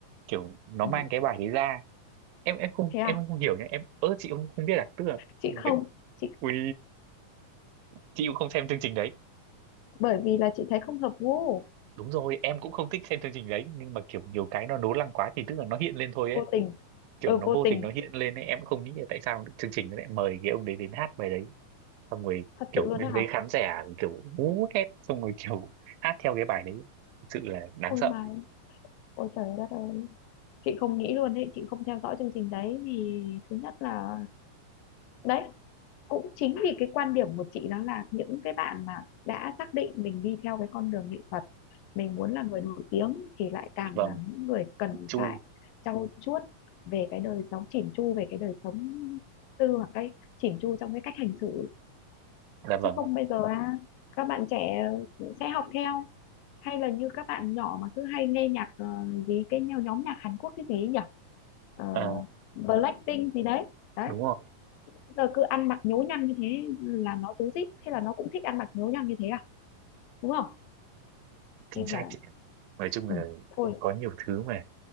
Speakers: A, on the right; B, on the left.
A: kiểu nó
B: ừ.
A: mang cái bài đấy ra em em không
B: thế à
A: em không hiểu nhá em ớ chị không không biết à tức là
B: chị
A: người-
B: không chị
A: ui chị cũng không xem chương trình đấy
B: bởi vì là chị thấy không hợp gu
A: đúng rồi em cũng không thích xem chương trình đấy nhưng mà kiểu nhiều cái nó nố lăng quá thì tức là nó hiện lên thôi ấy
B: vô tình
A: kiểu
B: ừ
A: nó
B: vô
A: vô
B: tình
A: tình nó hiện lên ấy em cũng không nghĩ là tại sao chương trình nó lại mời cái ông đấy đến hát bài đấy xong rồi
B: thật
A: kiểu
B: sự luôn
A: bên
B: đấy hả
A: dưới khán giả kiểu hú hét xong rồi kiểu hát theo cái bài đấy thực sự là đáng
B: ôi
A: sợ
B: mà ôi trời đất ơi chị không nghĩ luôn đấy chị không theo dõi chương trình đấy vì thứ nhất là đấy cũng chính vì cái quan điểm của chị đó là những cái bạn mà đã xác định mình đi theo cái con đường nghệ thuật mình muốn là người nổi tiếng thì lại càng
A: vâng
B: là những người cần
A: Chu
B: phải trau chuốt về cái đời sống chỉn chu về cái đời sống tư hoặc cái chỉn chu trong cái cách hành xử
A: là vâng
B: chứ không bây giờ à, các bạn trẻ sẽ học theo hay là như các bạn nhỏ mà cứ hay nghe nhạc ờ, gì cái nhóm nhạc Hàn Quốc cái gì ấy nhỉ Ờ,
A: Ờ,
B: Ờ, Blackpink gì đấy đấy
A: đúng rồi
B: giờ cứ ăn mặc nhố nhăng như thế là nó rối rít thế là nó cũng thích ăn mặc nhố nhăng như thế à đúng không
A: chính
B: nên
A: xác
B: là
A: chị nói chung
B: ừ,
A: là
B: thôi
A: có nhiều thứ mà